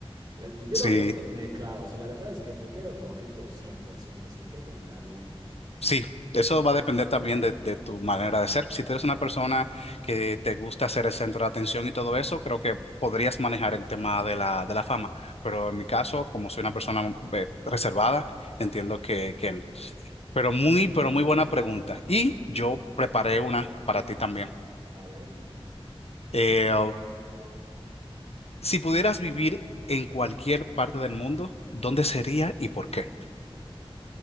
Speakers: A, on the right (about 40°); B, on the left (about 75°).
A: La- yo
B: Sí,
A: creo que le dieron el clavo, así la verdad es que me quedo con Rico cien por ciento así creo que ni la dudo.
B: sí, eso va a depender también de, de tu manera de ser. Si tú eres una persona que te gusta ser el centro de atención y todo eso, creo que podrías manejar el tema de la, de la fama. Pero en mi caso, como soy una persona eh, reservada, entiendo que, que no. Pero muy, pero muy buena pregunta. Y yo preparé una para ti también.
A: A ver,
B: Eh, si pudieras vivir en cualquier parte del mundo, ¿dónde sería y por qué?